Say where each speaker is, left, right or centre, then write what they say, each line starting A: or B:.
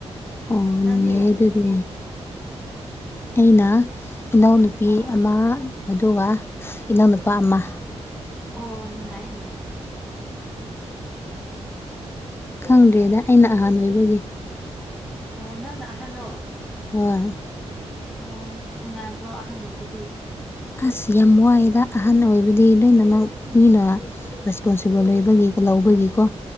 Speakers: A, on the left; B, in the centre.
A: ꯑꯣ
B: ꯅꯪꯗꯤ
A: ꯅꯨꯡꯉꯥꯏꯌꯦ ꯑꯗꯨꯗꯤ ꯑꯩꯅ ꯏꯅꯥꯎꯅꯨꯄꯤ
B: ꯑꯥ
A: ꯑꯃ ꯑꯗꯨꯒ ꯏꯅꯥꯎꯅꯨꯄꯥ ꯑꯃ꯫
B: ꯑꯣ ꯅꯨꯡꯉꯥꯢꯌꯦꯅꯦ꯫
A: ꯈꯪꯗ꯭ꯔꯦꯗ ꯑꯩꯅ ꯑꯍꯟ ꯑꯣꯢꯕꯒꯤ꯫
B: ꯑꯣ ꯅꯪꯅ ꯑꯍꯟꯔꯣ꯫
A: ꯍꯣꯢ
B: ꯑꯣ ꯅꯨꯡꯉꯥꯢꯕ꯭ꯔꯣ ꯑꯍꯟ ꯑꯣꯢꯕꯗꯤ꯫
A: ꯑꯁ ꯌꯥꯝ ꯋꯥꯢꯗ ꯑꯍꯟ ꯑꯣꯢꯕꯗꯤ ꯂꯣꯢꯅꯃꯛ ꯃꯤꯅ ꯔꯦꯁꯄꯣꯟꯁꯤꯕꯜ ꯑꯣꯢꯕꯒꯤ ꯂꯧꯕꯒꯤꯀꯣ